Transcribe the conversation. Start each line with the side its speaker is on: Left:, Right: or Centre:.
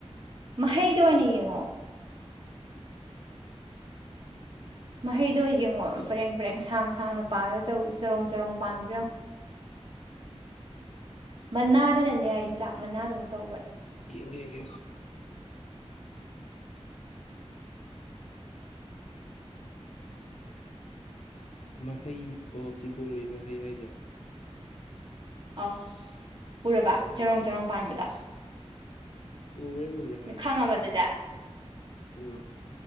Right: ꯃꯍꯩꯗꯣ ꯑꯣꯏꯅ ꯌꯦꯡꯉꯣ ꯃꯍꯩꯗꯣ ꯌꯦꯡꯉꯣ ꯄꯔꯦꯡ ꯄꯔꯦꯡ ꯁꯥꯡ ꯁꯥꯡꯅ ꯄꯥꯜꯂꯒ ꯆꯧ ꯆꯔꯣꯡ ꯆꯔꯣꯡ ꯄꯥꯟꯕ꯭ꯔꯣ ꯌꯦꯡꯉꯣ ꯃꯅꯥꯗꯨꯅꯅꯦ ꯌꯦꯟꯆꯥꯛ ꯃꯅꯥꯗꯧ ꯇꯧꯕꯅꯦ
Left: ꯌꯦꯡꯒꯦ ꯌꯦꯡꯒꯦ ꯉꯥꯏꯈꯣ ꯃꯍꯩ ꯑꯣ ꯁꯤꯒꯣꯡꯂꯩ ꯂꯩꯃꯍꯩ ꯍꯥꯏꯖꯦ
Right: ꯑ ꯎꯔꯕ
Left: ꯈꯪꯉꯦ
Right: ꯆꯔꯣꯡ ꯆꯔꯣꯡ ꯄꯥꯟꯕꯗꯣ
Left: ꯎꯒꯔꯦ ꯎꯒꯔꯦ
Right: ꯈꯪ ꯉꯥꯕꯗꯨꯗ
Left: ꯎꯝ